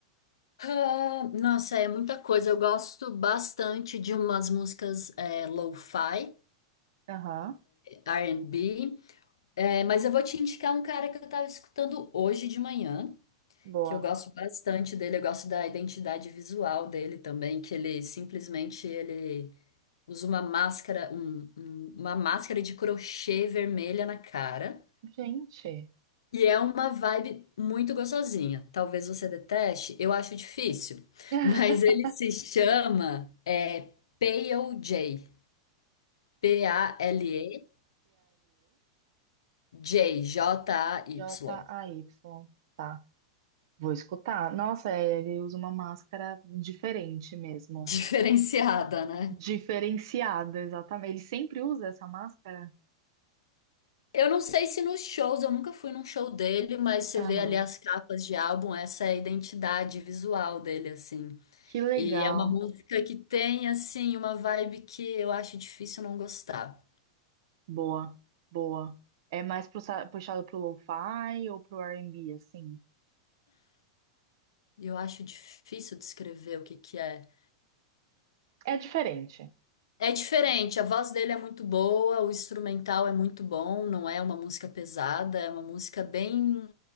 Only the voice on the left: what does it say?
Ah, nossa, é muita coisa. Eu gosto bastante de umas músicas é, lo-fi,
R&B. É, mas eu vou te indicar um cara que eu tava escutando hoje de manhã,
que eu gosto bastante dele, eu gosto da identidade visual dele também, que ele simplesmente ele usa uma máscara, um- um- uma máscara de crochê vermelha na cara,
e é uma vibe muito gostosinha. Talvez você deteste, eu acho difícil, <laughs>
mas ele se chama é, Pale J, P-A-L-E J, J-A-Y.
<laughs> Diferenciada, né?
Eu não sei se nos shows, eu nunca fui num show dele, mas você
vê ali as capas de álbum, essa é a identidade visual dele, assim.
E é uma música que tem, assim, uma vibe que eu acho difícil não gostar.
Eu acho difícil descrever o que que é.
É diferente, a voz dele é muito boa, o instrumental é muito bom, não é uma música pesada, é uma música bem.